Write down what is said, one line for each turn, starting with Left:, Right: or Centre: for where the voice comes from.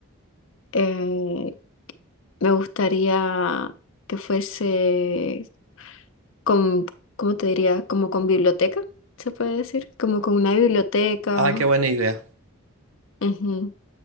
Left: Eh, me gustaría que fuese con, ¿cómo te diría? Como con biblioteca, se puede decir. Como con una biblioteca.
Right: Ah, qué buena idea.
Left: Ujú.